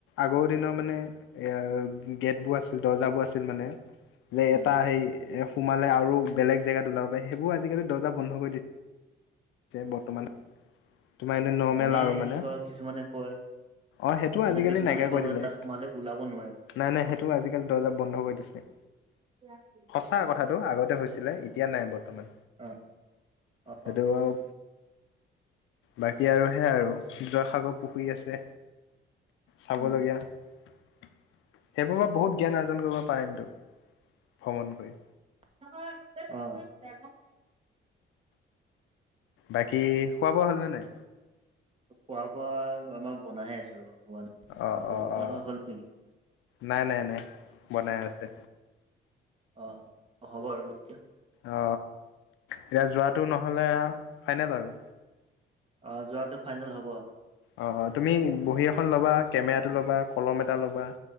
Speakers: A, on the left; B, on the right.
A: আগৰ দিনৰ মানে। এয়া গেট বোৰ আছিল, দৰ্জাবোৰ আছিল মানে। যে
B: উম,
A: এটা সেই এ সোমালে আৰু বেলেগ জেগাত ওলাব পায়, সেইবোৰ আজিকালি দৰ্জা বন্ধ কৰি দি। বৰ্তমান তোমাৰ এনে নৰ্মেল
B: এনেই
A: আৰু মানে।
B: ধৰ কিছুমানে কয়
A: অ সেইটো
B: মানে
A: আজিকালি
B: কিছুমানে
A: নাইকিয়া
B: কয়
A: কৰি
B: মানে
A: দিলে।
B: তাত
A: নাই-নাই,
B: সোমালে ওলাব নোৱাৰে
A: সেইটো আজিকালি দৰ্জা বন্ধ কৰি দিছে।
B: ৰাখি।
A: সঁচা কথাটো আগতে হৈছিলে, এতিয়া নাই বৰ্তমান,
B: অ, অ,
A: সেইটো বাৰু। বাকী আৰু হে আৰু জয়সাগৰ পুখুৰী আছে, চাবলগীয়া।
B: উম,
A: সেইবোৰৰ পৰা বহুত জ্ঞান আৰ্জন কৰিব পাৰিমতো ভ্ৰমণ কৰি।
B: অ।
A: বাকী, খোৱা বোৱা হ'লনে নাই।
B: খোৱা বোৱা আমাৰ বনাইহে আছে ৰ'বা হোৱা নাই।
A: অ-অ-
B: হ'ব তোমালোকৰ
A: অ,
B: হ'ল নেকি?
A: নাই- নাই- নাই বনাই আছে।
B: অ, হ'ব আৰু এতিয়া।
A: অ, এতিয়া যোৱাটো নহ'লে, ফাইনেল আৰু।
B: অ যোৱাটো ফাইনেল হ'ব।
A: অ', অ', তুমি বহী এখন ল'বা, কেমেৰাটো ল'বা, কলম এটা ল'বা।